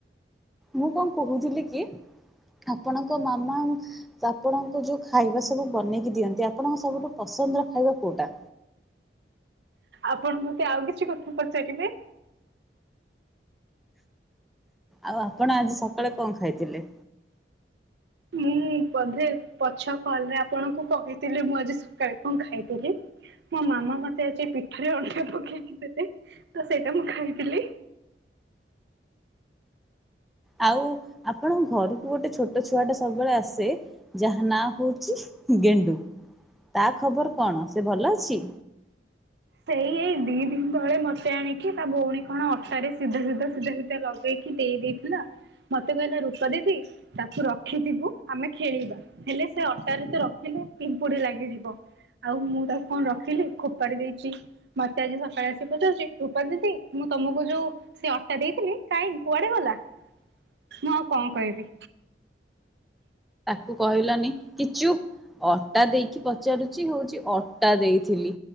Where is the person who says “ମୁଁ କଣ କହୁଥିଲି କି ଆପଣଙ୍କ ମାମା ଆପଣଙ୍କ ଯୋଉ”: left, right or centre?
Centre